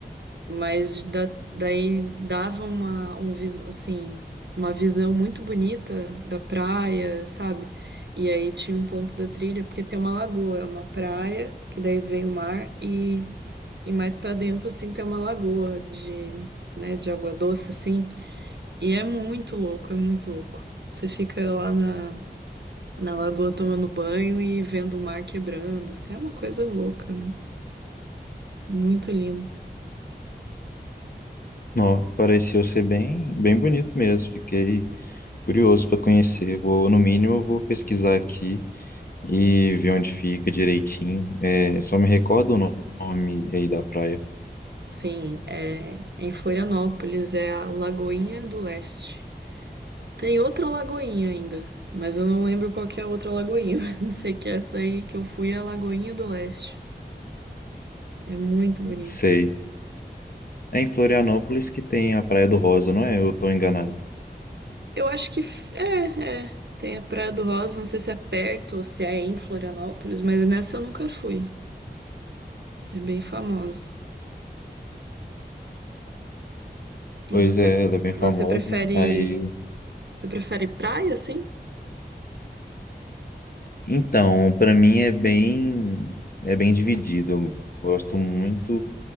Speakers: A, on the right; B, on the left.
A: Mas da- daí dava uma, um, vis- assim, uma visão muito bonita da praia, sabe? E aí tinha um ponto da trilha, porque tem uma lagoa, é uma praia, que daí vem o mar, e, e mais pra dentro, assim, tem uma lagoa de, né, de água doce, assim. E é muito louco, é muito louco. Você fica lá na, na lagoa tomando banho e vendo o mar quebrando, assim, é uma coisa louca, né? Muito lindo.
B: Ó, pareceu ser bem, bem bonito mesmo. Fiquei curioso para conhecer. Vou, no mínimo, eu vou pesquisar aqui e ver onde fica direitinho. É, só me recorda o no- nome aí da praia.
A: Sim, é em Florianópolis, é a Lagoinha do Leste. Tem outra lagoinha ainda, mas eu não lembro qual que é a outra lagoinha, <laughs> mas eu sei que é essa aí que eu fui é a Lagoinha do Leste. É muito bonito.
B: Sei. É em Florianópolis que tem a Praia do Rosa, não é? Eu tô enganado.
A: Eu acho que f- é, é, tem a Praia do Rosa, não sei se é perto ou se é em Florianópolis, mas nessa eu nunca fui. É bem famosa. E
B: Pois
A: você
B: é, ela é bem
A: você
B: famosa.
A: prefere
B: Aí,
A: você prefere praia assim?
B: então, para mim é bem é bem dividido. Eu gosto muito